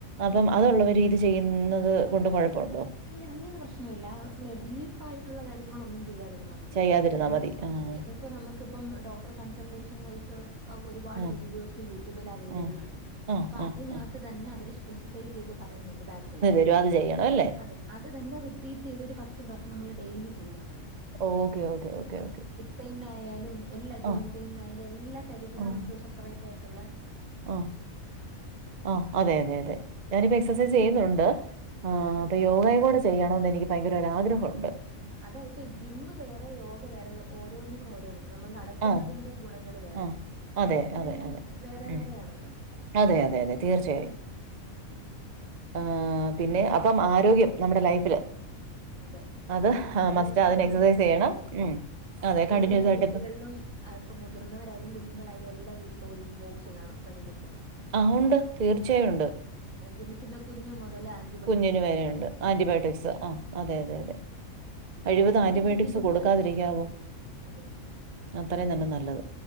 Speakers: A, on the right; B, on the right.
A: അപ്പം
B: ഉം
A: അതൊള്ളവര് ഇത് ചെയ്യുന്നത് കൊണ്ട് കൊഴപ്പവൊണ്ടോ?
B: ഇല്ല അങ്ങനെ പ്രശ്നൊവില്ല ഡീപ്പായിട്ടുള്ള കാര്യങ്ങളൊന്നും ചെയ്യാതിര് ന്നാ മതി
A: ചെയ്യാതിരുന്നാ
B: <inaudible>
A: മതി ആഹ്
B: അതെ എ ഇപ്പൊ നമ്മക്കിപ്പം ഡോക്ടറെ കൺസൾട്ടേഷൻ വൈസ് ഒരുപാട്
A: ആഹ്
B: വീഡിയോസ് യൂട്യൂബിൽ അവൈലബ്ളാണ്
A: ആഹ് ആഹ്
B: അപ്പ
A: ആഹ്
B: അതിനാത്ത്
A: ആഹ്
B: തന്നെ അവര് സ്പെസിഫൈ ചെയ്ത് പറയുന്നുണ്ട് ബാക്ക് പെയിന്
A: <unintelligible> ചെയ്യണവല്ലെ?
B: അതെ അത് തന്നെ റിപ്പീറ്റെയ്ത് ഒരു പത്ത് പ്രാവ്ശ്യം നമ്മള് ഡെയിലി ചെയ്താ മതി
A: ഓക്കെ ഓക്കേ ഓക്കെ ഓക്കെ
B: പെയിൻനായാലും എല്ലാ ജോയിന്റ്
A: ആഹ്
B: പെയിൻനായാലും എല്ലാ കാര്യത്തിനും
A: ആഹ്
B: നമുക്ക് സെപ്പറേറ്റായിട്ടൊള്ളെ
A: ആഹ് ആഹ് അതെ അതെ അതെ ഞാനിപ്പ എക്സസൈസെയ്യുന്നുണ്ട് ആഹാ
B: ആഹ്
A: അപ്പ യോഗയും കൂടെ ചെയ്യണോന്ന് എനിക്ക് ഭയങ്കരൊരു ആഗ്രഹവുണ്ട്
B: അതെ ഇപ്പ ജിമ്മ് വേറെ യോഗ വേറെ ഓരോന്നിനും ഓരോ ഇതാണ് നമ്മൾ നടക്കുന്നതിന്റെ
A: ആഹ്
B: ഗുണങ്ങള് വേറെ
A: ആഹ് അതെ
B: അതെല്ലാം
A: അതെ അതെ
B: വേറെ വേറെയാണല്ലോ
A: ഉം അതെ അതെ അതെ തീർച്ചയായും
B: ആ
A: ആഹാ പിന്നെ അപ്പം
B: പിൻ
A: ആരോഗ്യം നമ്മുടെ ലൈഫില്
B: അതെ
A: അത്
B: ആരോഗ്യം ഉണ്ടെങ്കിലേ
A: മസ്റ്റ്
B: നമുക്ക്
A: അതിന് എക്സർസൈസ്
B: മുന്നോട്ട്
A: ചെയ്യണം.
B: പോകാൻ പറ്റൂ
A: ഉം. അതെ
B: ഇപ്പയെല്ലാ
A: കണ്ടിന്യൂസ്
B: വീട്ട്കൾലും
A: ആയിട്ട് ഇപ്പം
B: അഹ്പ്പം മുതിർന്നവരായാലും, കുഞ്ഞുങ്ങളായാലും എല്ലാ വീട്ടിലും ഒരോ ബോക്സ് കാണും മരുന്നിന്റെ
A: ആഹ് ഉണ്ട് തീർച്ചയായും ഉണ്ട്
B: അതെ ജനിക്കുന്ന കുഞ്ഞു മുതൽ ആൻ
A: കുഞ്ഞിന് വരെയുണ്ട് ആന്റിബയോട്ടിക്സ് ആ അതെ അതെ അതെ കഴിവത്
B: അപ്പൊ അങ്ങനെയുള്ള
A: ആന്റിബയോട്ടിക്സ്
B: ബുദ്ധിമുട്ടുകളൊക്കെ
A: കൊടുക്കാതെയിരിക്കാവോ?
B: അതെ.
A: അത്രയും തന്നെ നല്ലത്